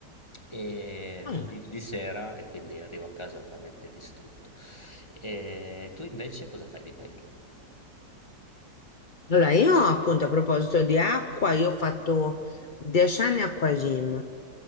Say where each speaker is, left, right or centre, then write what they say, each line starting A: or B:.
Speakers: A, on the left; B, on the left.
A: E mm,
B: Allora,
A: di, di sera e quindi arrivo a casa veramente distrutto. E tu invece cosa fai di bello?
B: allora, io appunto a proposito di acqua, io ho fatto dieci anni acquagym